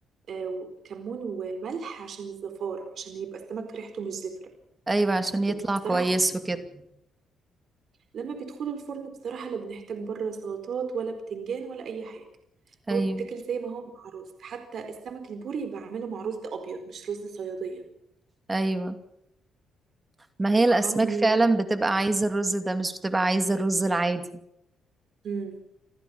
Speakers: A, on the right (about 60°); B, on the right (about 20°).
A: آه، و- كمون وملح عشان الزفارة عشان يبقى السمك ريحته مش زفرة
B: ايوه عشان يطلع
A: وبصراحة
B: كويس وكده
A: لما بيدخلوا الفرن بصراحة لا بنحتاج بره سلطات ولا بتنجان ولا أي حاجة
B: ايوه
A: هو بيتاكل زي ما هو مع رز حتى السمك البوري بعمله مع رز أبيض مش رز صيادية
B: ايوه ما هي
A: بيبقى
B: الاسماك
A: طعمه مميز
B: فعلا بتبقى عايزة الرز ده مش بتبقى عايزة الرز العادي
A: جدا